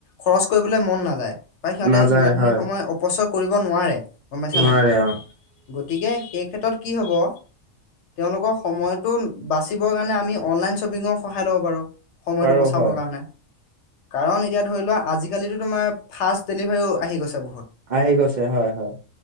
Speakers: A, on the left; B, on the right.
A: খৰচ কৰিবলৈ মন নাযায় বা সিহঁতে
B: নাযায়
A: সিমানখিনি
B: হয়
A: সময় অপচয় কৰিব নোৱাৰে গম পাইছা
B: নোৱাৰে
A: নাই
B: অ
A: গতিকে সেই ক্ষেত্ৰত কি হব তেওঁলোকৰ সময়তো বাচিবৰ কাৰণে আমি অনলাইন শ্বপিঙৰ সহায় লব পাৰো সময়টো
B: পাৰো
A: বচাবৰ
B: হয়
A: কাৰণে কাৰণ এতিয়া ধৰি লোৱা আজিকালিো তোমাৰ ফাষ্ট ডেলিভাৰীও আহি গৈছে বহুত
B: আহি গৈছে হয় হয়